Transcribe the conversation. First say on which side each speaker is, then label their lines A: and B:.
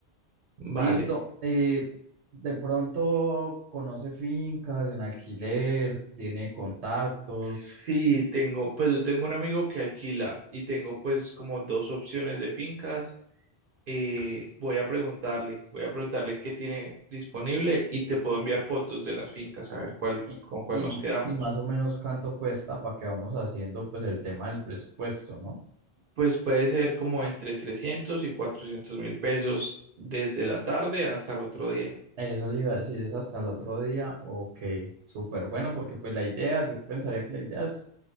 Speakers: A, on the right (about 60°); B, on the right (about 85°).
A: Vale.
B: Listo. eh, de pronto conoce fincas en alquiler, tiene contactos
A: Sí, tengo, pues yo tengo un amigo que alquila y tengo pues como dos opciones de fincas. Eh, voy a preguntarle, voy a preguntarle qué tiene disponible y te puedo enviar fotos de las fincas a ver cuál,
B: y, y,
A: con cuál
B: y
A: nos quedamos.
B: y más o menos cuánto cuesta para que vamos haciendo pues el tema del presupuesto, ¿no?
A: Pues puede ser como entre 300 y 400 mil pesos desde la tarde hasta el otro día.
B: Eso le iba a decir, es hasta el otro día. Ok, súper bueno, porque pues la idea, yo pensaría que la idea es,